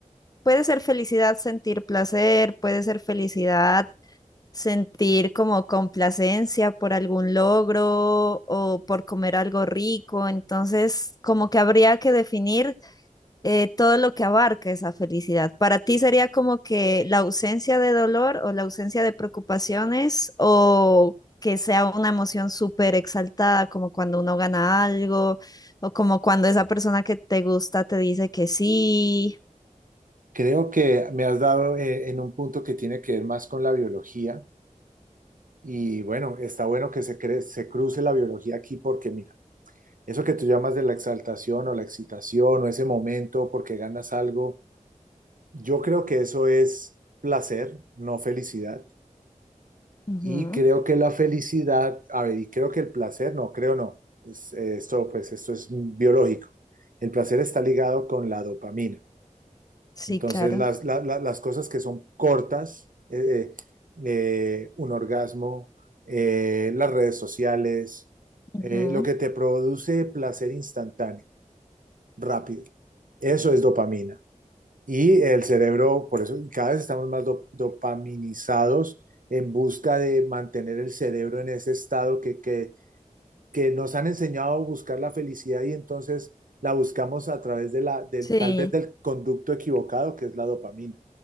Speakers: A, on the left; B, on the right.
A: puede ser felicidad sentir placer, puede ser felicidad sentir como complacencia por algún logro o por comer algo rico. Entonces, como que habría que definir eh, todo lo que abarca esa felicidad. Para ti sería como que la ausencia de dolor o la ausencia de preocupaciones o que sea una emoción súper exaltada, como cuando uno gana algo o como cuando esa persona que te gusta te dice que sí.
B: Creo que me has dado eh, en un punto que tiene que ver más con la biología y bueno, está bueno que se, cre- se cruce la biología aquí porque mi Eso que tú llamas de la exaltación o la excitación o ese momento porque ganas algo, yo creo que eso es placer, no felicidad.
A: Ujú.
B: Y creo que la felicidad, a ver, y creo que el placer, no, creo no, es, eh, esto, pues, esto es biológico. El placer está ligado con la dopamina.
A: Sí,
B: Entonces,
A: claro.
B: las, la- la- las cosas que son cortas, eh, eh, un orgasmo, eh, las redes sociales,
A: Ujú.
B: eh, lo que te produce placer instantáneo. rápido. Eso es dopamina. Y el cerebro, por eso cada vez estamos más do- dopaminizados en busca de mantener el cerebro en ese estado que, que, que nos han enseñado a buscar la felicidad y entonces la buscamos a través de la, del-
A: Sí.
B: tal vez del conducto equivocado que es la dopamina.